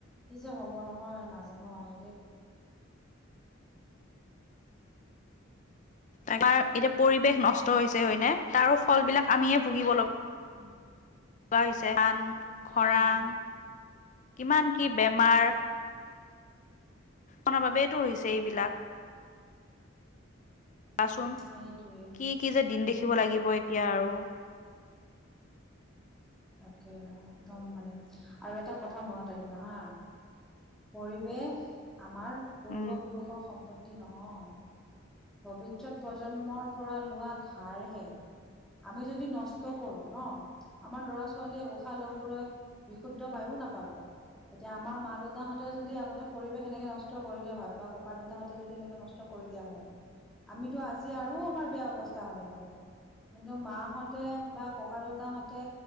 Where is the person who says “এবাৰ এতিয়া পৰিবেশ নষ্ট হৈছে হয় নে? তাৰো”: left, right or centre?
Left